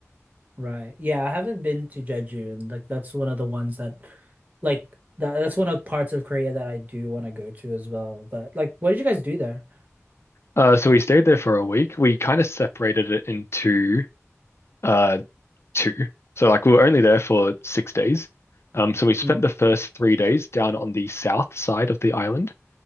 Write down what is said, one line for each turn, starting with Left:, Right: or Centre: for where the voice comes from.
Right: right. Yeah, I haven't been to Jeju, and like that's one of the ones that, like, that, that's one of parts of Korea that I do want to go to as well. But like, what did you guys do there?
Left: Uh, so we stayed there for a week. We kind of separated it into uh two. So like we were only there for six days. Um, so we spent
Right: Mm,
Left: the first three days down on the south side of the island,